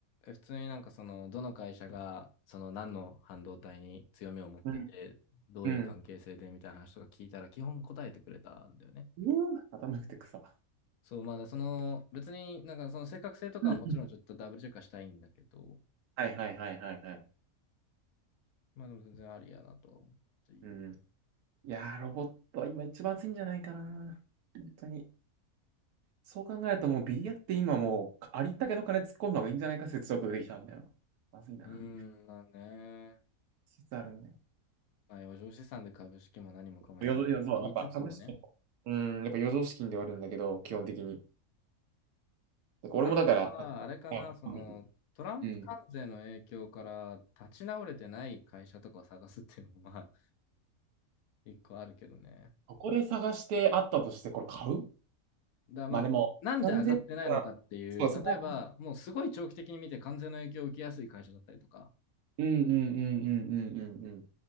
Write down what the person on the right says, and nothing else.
うん。
うん。うー頭良くて草。
<laughs> はいはいはいはいはい。
うん。いやー、ロボットは今一番熱いんじゃないかな。本当に。そう考えるともうビリヤって今もうありったけの金突っ込んだ方がいいんじゃないか説ちょっと出てきたんだよ。まずいな。
説あるんだよ。
余剰、いや、そう、やっぱ株式、うん、やっぱ余剰資金ではあるんだけど、基本的に。だから俺もだから、
ああはい
うん。
ここで探してあったとしてこれ買う
まあでも、
3000そう、そこ。
うんうんうんうんうんうんうん。